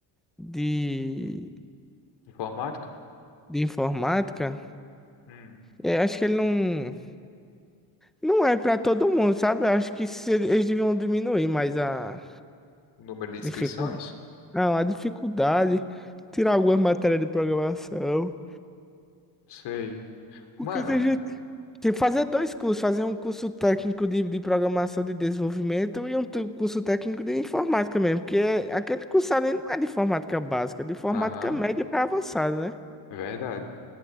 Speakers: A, in the centre; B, on the left (about 55°).
A: de,
B: Informática.
A: de informática,
B: Hum,
A: é, acho que ele não, não é pra todo mundo, sabe? Eu acho que se- eles deviam diminuir mais a
B: o número de inscrições?
A: dificuldade Não, a dificuldade, tirar algumas matérias de programação.
B: Sei.
A: Porque
B: Mano,
A: tem gente. Tem que fazer dois cursos, fazer um curso técnico de, de programação de desenvolvimento e um tu- curso técnico de informática mesmo. Porque é- aquele curso ali não é de informática básica, é de informática
B: aham,
A: média para avançada, né?
B: é verdade.